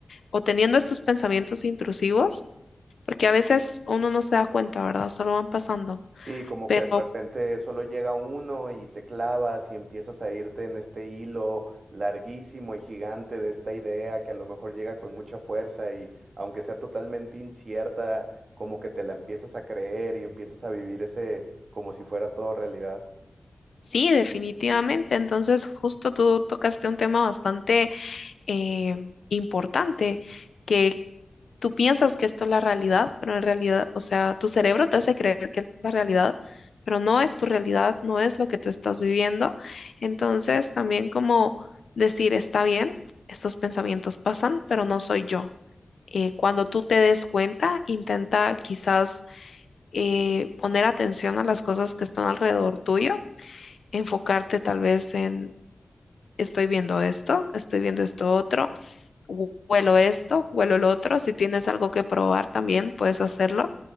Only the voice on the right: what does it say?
Sí, como
que de repente solo llega uno y te clavas y empiezas a irte en este hilo larguísimo y gigante de esta idea que a lo mejor llega con mucha fuerza y aunque sea totalmente incierta, como que te la empiezas a creer y empiezas a vivir ese como si fuera todo realidad.